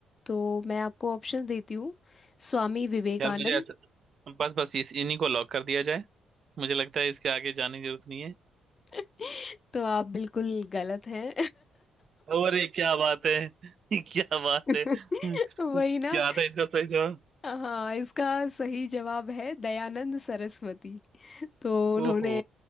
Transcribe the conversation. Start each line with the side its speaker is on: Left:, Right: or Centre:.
Left: तो मैं आपको ऑप्शन देती हूँ स्वामी विवेकानंद
Right: यार मुझे ऐसा बस बस इस इन्हीं को लॉक कर दिया जाए मुझे लगता है इसके आगे जाने की जरूरत नहीं है
Left: <laughs> तो आप बिल्कुल गलत हैं
Right: अरे क्या बात है <laughs> क्या बात
Left: <laughs>
Right: है <laughs> क्या
Left: वही ना
Right: था इसका सही जवाब
Left: हाँ इसका सही जवाब है दयानंद सरस्वती तो उन्होंने
Right: ओहो